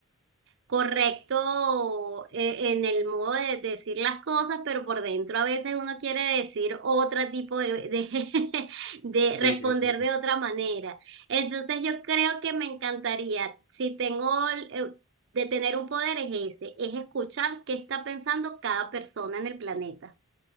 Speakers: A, on the right (about 55°); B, on the left (about 65°).
A: correcto eh, en el modo de decir las cosas, pero por dentro a veces uno quiere decir otro tipo de, de, <laughs> de responder
B: Sí, sí, sí.
A: de otra manera. Entonces yo creo que me encantaría, si tengo el- eh, de tener un poder es ese, es escuchar qué está pensando cada persona en el planeta.